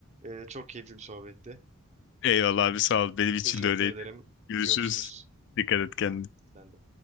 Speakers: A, on the right; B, on the left.
A: Ee, çok keyifli bir sohbetti.
B: Eyvallah abi sağ ol. Benim için
A: Teşekkür
B: de öyleydi.
A: ederim.
B: Görüşürüz.
A: Görüşürüz.
B: Dikkat et kendine.
A: Sen de.